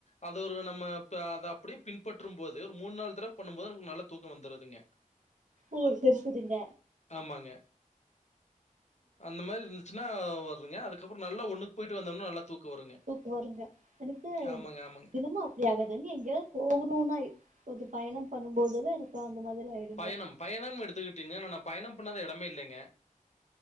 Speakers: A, on the left; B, on the right.
A: அது ஒரு நம்ம அதை அப்படியே பின்பற்றும் போது ஒரு மூணு நாள் தடவ பண்ணும் போது நமக்கு நல்ல தூக்கோ வந்துருதுங்க
B: ஓ செரி செரிங்க
A: ஆமாங்க. அந்த மாரி இருந்துச்சுன்னா வருதுங்க அதுக்கப்புறோ ஒன்னக்கு போயிட்டு வந்தம்ன நல்லா தூக்கம் வருங்க.
B: தூக்கோ வருங்க எனக்கு
A: ஆமாங்க, ஆமாங்க.
B: தினமு அப்படி ஆகாதுங்க எங்கேயாவது போகணுனா ஒரு பயணம் பண்ணும் போதுல எனக்கு அந்த மாதிரி ஆயிடுங்க
A: பயணம் பயணம்னு எடுத்துக்கிட்டீங்கன்ன ந பயணம் பண்ணாத எ டமே இல்லைங்க